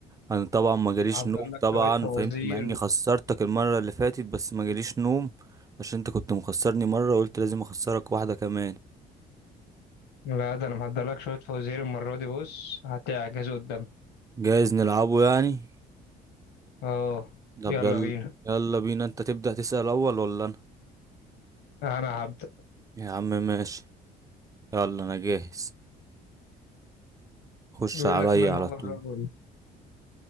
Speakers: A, on the right; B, on the left.
A: انا طبعا ما جاليش
B: محضر
A: نوم
B: لك
A: طبعا
B: شوية فوازير
A: فاهمني مع اني خسرتك المره اللي فاتت بس ما جاليش نوم عشان انت كنت مخسرني مره وقلت لازم اخسرك واحده كمان
B: لا ده انا محضر لك شوية فوازير المرة دي بص هتعجز قدامك
A: جايز نلعبه يعني
B: اه
A: طب
B: يلا
A: يلا
B: بينا
A: يلا بينا انت تبدا تسال اول ولا انا
B: انا هبدأ
A: يا عم ماشي يلا انا جاهز خش
B: بيقول
A: عليا
B: لك من
A: على
B: هو
A: طول
B: الرجل